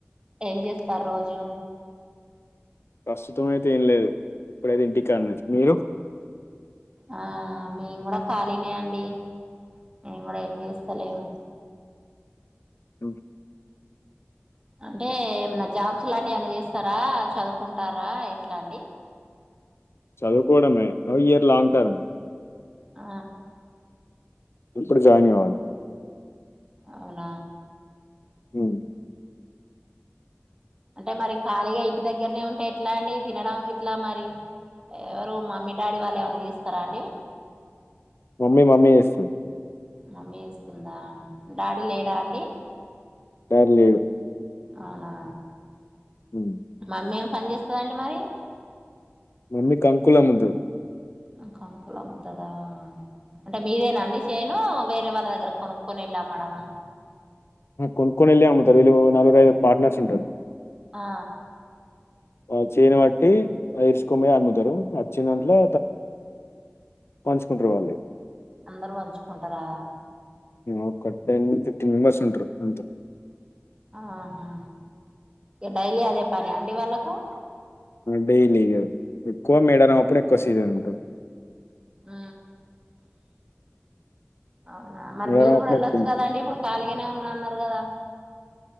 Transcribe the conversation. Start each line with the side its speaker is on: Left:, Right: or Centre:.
Right: ఎం చేస్తారు రోజు
Left: ప్రస్తుతం అయితే ఏం లేదు ఇప్పుడైతే ఇంటి కాన్నే మీరు
Right: ఆ మేము కూడా ఖాళీనే అండి మెంగూడ ఎం చేస్తలేం
Left: ఉమ్
Right: అంటే ఏమన్నా జాబ్స్ లాంటివి ఏమన్నా జేస్తరా చదువుకుంటారా ఎట్లాండి
Left: చదువుకోడమే ఈ ఇయర్ లాంగ్ టర్మ్
Right: ఆ
Left: ఇప్పుడు జాయినన్ గావాలి
Right: అవున
Left: ఉమ్
Right: అంటే మరి ఖాళీగా ఇంటి దగ్గరనే ఉంటే ఎట్లా అండి తినడం గిట్లా మరి ఎవరు మమ్మీ డాడీ వాళ్ళు ఏమన్నా జేస్తారా అండి
Left: మమ్మీ మమ్మీ జేస్తుంది
Right: మమ్మి జేస్తుందా డాడీ లేడా అండి
Left: డాడీ లేడు
Right: అవునా
Left: ఉమ్
Right: అమ్మేమి పని చేస్తందండి మరి
Left: మమ్మీ కంకులమ్ముతది
Right: అంకాంకులమ్ముతదా అంటే మీదేనా అండి చేను వేరే వాళ్ళ దగ్గర కొనుక్కొనెల్లమేడమ్
Left: కొనుక్కొనెళ్ళి అమ్ముతారు వీళ్ళు నాలుగురుఐదు పార్ట్నర్స్ ఉంటారు
Right: ఆ
Left: ఆ చేను బట్టి ఇరుచుకొమయి అమ్ముతారు వచ్చి దాంట్లో పంచుకుంటారు వాళ్ళు
Right: అందరు వంచుకుంటారా
Left: ఒక టెన్ ఫిఫ్టీన్ మెంబెర్స్ ఉంటరు అంతే
Right: ఆహా ఇ డైలీ అదే పనాండి వాళ్ళకు
Left: డైలీ ఇగ ఎక్కువ మేడారం అప్పుడు ఎక్కువ సీజన్ ఉంటుంది
Right: అ అవునా మరి
Left: మేడారం
Right: మీరు
Left: అప్పుడు
Right: గూడా వయెళ్ళొచ్చు
Left: ఎక్కువ ఉంటది
Right: గదా అండి ఇప్పుడు ఖాళీగానే ఉన్నా అన్నారు కదా